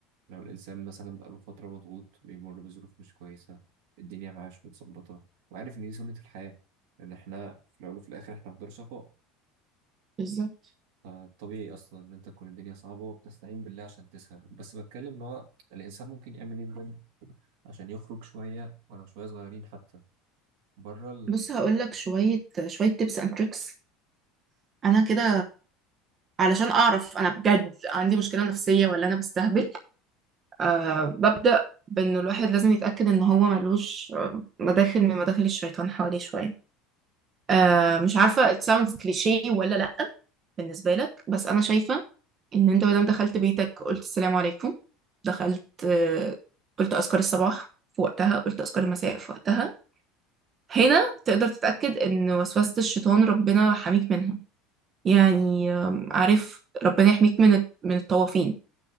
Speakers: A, on the right; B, on the right.
A: لو الإنسان مثلا بقاله فترة مضغوط بيمر بظروف مش كويسة الدنيا معاه مش متظبطة وعارف إن دي سنة الحياة لأن إحنا في الأول وفي الآخر إحنا في دار شقاء
B: بالظبط
A: فطبيعي اصلا ان انت تكون الدنيا صعبه وبتستعين بالله عشان تسهر بس بتكلم ان هو الانسان ممكن يعمل ايه بجد عشان يخرج شويه ولو شويه صغيرين حتى بره ال...
B: بص هقولك شوية شوية tips and tricks أنا كده علشان أعرف أنا بجد عندي مشكلة نفسية ولا أنا بستهبل أه ببدأ بأن الواحد لازم يتأكد إن هو ملوش آه، مداخل من مداخل الشيطان حواليه شوية أه مش عارفة it sounds cliché ولا لأ بالنسبة لك بس أنا شايفة إن أنت مادام دخلت بيتك قلت السلام عليكم دخلت آه، قلت أذكار الصباح في وقتها قلت أذكار المساء في وقتها هنا تقدر تتأكد إن وسوسة الشيطان ربنا حميك منها يعني آم، عارف ربنا يحميك من الت- من الطوافين